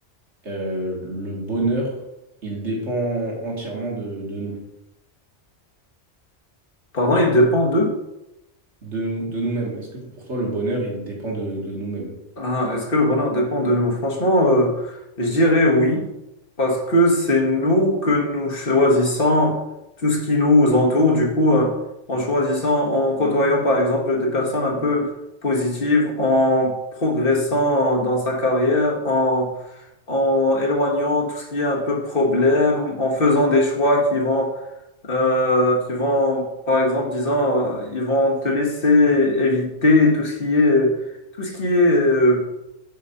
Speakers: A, on the right; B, on the left.
A: euh, le bonheur, il dépend entièrement de, de nous,
B: Pardon, il dépend d'eux.
A: de nous, de nous-mêmes? Est-ce que pour toi, le bonheur, il dépend de, de nous-mêmes?
B: Ah, est-ce que le bonheur dépend de nous? Franchement, euh, je dirais oui, parce que c'est nous que nous choisissons tout ce qui nous entoure. Du coup, euh, en choisissant, en côtoyant par exemple des personnes un peu positives, en progressant dans sa carrière, en, en éloignant tout ce qui est un peu problème, en faisant des choix qui vont, euh, qui vont, par exemple, disant, euh, ils vont te laisser éviter tout ce qui est, tout ce qui est euh,